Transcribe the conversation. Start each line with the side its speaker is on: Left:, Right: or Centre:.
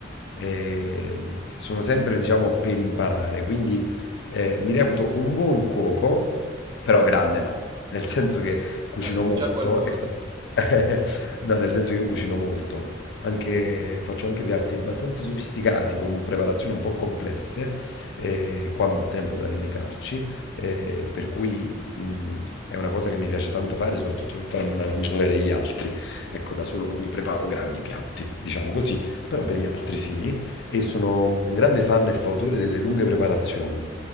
Left: eh, sono sempre, diciamo, per imparare, quindi eh, mi reputo un buon cuoco, però grande no, nel senso che cucino
Right: Vabbè,
Left: molto.
Right: già qualcosa.
Left: e- <laughs> No, nel senso che io cucino molto, anche, faccio anche piatti abbastanza sofisticati, con preparazioni un po' complesse, eh, quando ho tempo da dedicarci, eh, per cui mh, è una cosa che mi piace tanto fare, soprattutto per far mangiare gli altri. Ecco, da solo non mi preparo grandi piatti, diciamo così, però per gli altri sì, e sono un grande fan e fautore delle lunghe preparazioni.